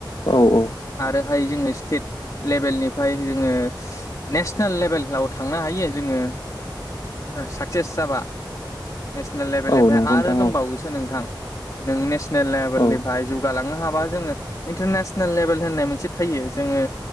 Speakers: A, on the left; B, on the left.
A: औ औ।
B: आरोहाय जोङो स्टेट लेभेलनिफाय जोङो नेसनेल लेभेलाव थांनो हायो। जोङो साक्सेस जाबा नेसनेल लेभेलनिफ्राय
A: औ नंगौ
B: आरो
A: नोंथां
B: दंबावोसो
A: औ
B: नोंथां नों नेस नेल लेभेलनिफ्राय
A: औ
B: जौगालांनो हाबा जोङो इन्टारनेसनेल लेभेल होननाय मोनसे थायो जोङो